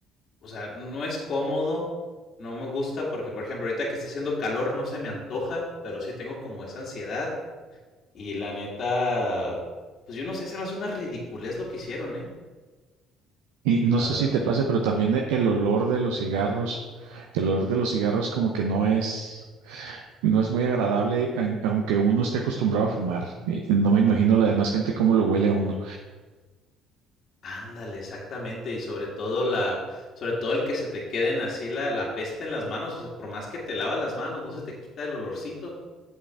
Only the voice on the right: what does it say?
Y no
sé
si te pase, pero también e- el olor de los cigarros, el olor de los cigarros como que no es, no es muy agradable, a- aunque uno esté acostumbrado a fumar. Y No me imagino la demás gente cómo lo huele a uno.